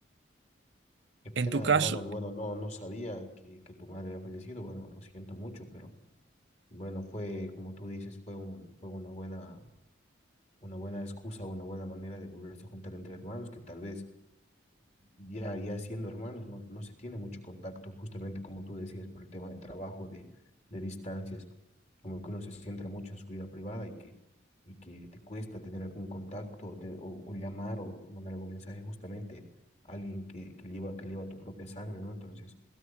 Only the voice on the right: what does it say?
En tu caso,